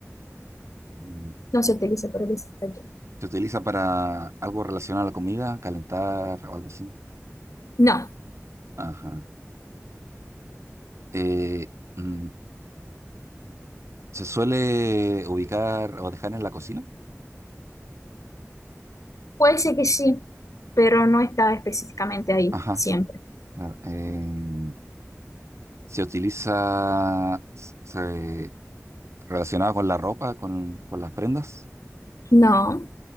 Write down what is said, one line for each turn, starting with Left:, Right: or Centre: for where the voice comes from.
Right: Mm,
Left: no se
Right: eh,
Left: utiliza para el desayuno.
Right: ¿Se utiliza para algo relacionado a la comida, calentar o algo así?
Left: No,
Right: Ajá. Eh, mm, ¿se suele ubicar o dejar en la cocina?
Left: puede ser que sí, pero no está específicamente ahí
Right: Ajá,
Left: siempre.
Right: claro. Em, ¿se utiliza se- relacionado con la ropa, con, con las prendas?
Left: No.